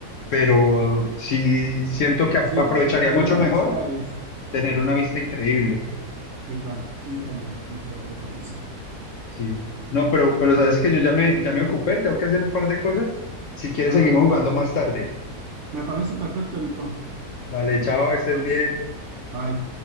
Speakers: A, on the left; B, on the right.
A: pero sí siento que a-
B: Sí,
A: aprovecharía
B: que te falle
A: mucho
B: la
A: mejor
B: vista es...
A: tener
B: ujú.
A: una vista increíble.
B: Sí, claro. Sí, yo también me quedaría con esa.
A: Sí.
B: Sí.
A: No, pero, pero sabes que yo ya me, ya me ocupé, tengo que hacer un par de cosas. Si quieres,
B: Claro,
A: seguimos
B: Nico.
A: jugando más tarde.
B: Me parece perfecto, Nico.
A: Vale,
B: Te veo
A: chao,
B: después.
A: estés bien.
B: Bye.